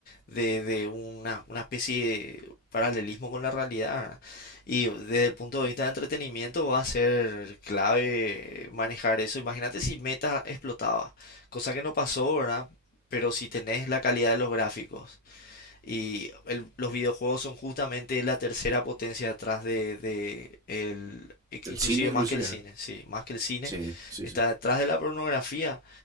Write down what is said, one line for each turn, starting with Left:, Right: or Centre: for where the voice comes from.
Left: de, de una, una especie de paralelismo con la realidad. Y desde el punto de vista de entretenimiento va a ser clave manejar eso. Imagínate si Meta explotaba, cosa que no pasó, ¿verdad? Pero si tenés la calidad de los gráficos y el- los videojuegos son justamente la tercera potencia detrás de, de el, inclusive
Right: El cine
Left: más
Right: inclusive.
Left: que el cine, sí, más que el cine,
Right: Sí, sí,
Left: está
Right: sí.
Left: detrás de la pornografía,